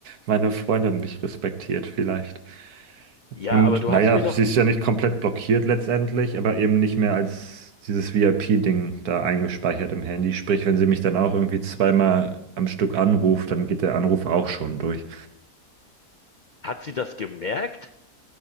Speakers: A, on the right; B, on the left.
A: meine Freundin mich respektiert, vielleicht.
B: Ja,
A: Und
B: aber du
A: naja,
B: hast mir
A: sie
B: doch,
A: ist ja nicht komplett blockiert letztendlich, aber eben nicht mehr als dieses VIP-Ding da eingespeichert im Handy. Sprich, wenn sie mich dann auch irgendwie zweimal am Stück anruft, dann geht der Anruf auch schon durch.
B: hat sie das gemerkt?